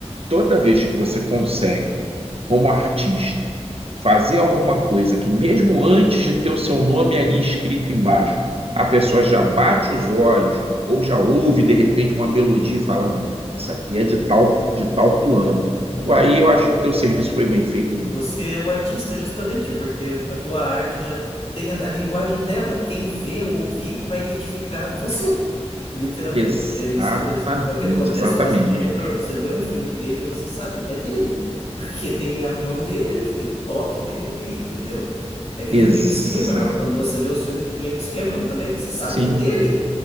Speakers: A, on the right; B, on the left.
A: toda vez que você consegue, como artista, fazer alguma coisa que, mesmo antes de ter o seu nome ali escrito embaixo,
B: uhum,
A: a
B: uhum,
A: pessoa já bate os olhos ou já ouve de repente uma melodia e fala: não, isso aqui é de tal, de tal fulano.
B: uhum.
A: Pô, aí eu acho que teu serviço foi bem feito demais.
B: Você é o artista justamente, porque a tua arte já tem a, a linguagem dela. Quem vê ou ouvir vai identificar você. Literalmente,
A: Exatamente,
B: é isso mesmo. É o que acontece
A: exatamente.
B: com esse diretor. Você vê um filme dele, e você sabe, é dele, <laughs> porque tem a mão dele ali, tem o toque dele ali, entendeu? É que
A: Exatamente.
B: nem James Cameron, quando você vê os filmes do James Cameron também, você sabe
A: Sim,
B: que é dele.